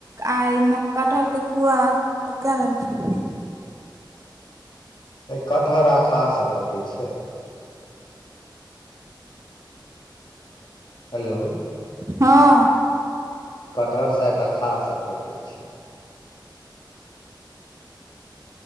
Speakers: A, on the right; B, on the left.
A: आ एहिमे कटहर के कुआ कए
B: कटहर अखाड़ स पकई छै हेलो
A: हँ
B: कटहर सेत अखाड़ स पकै छै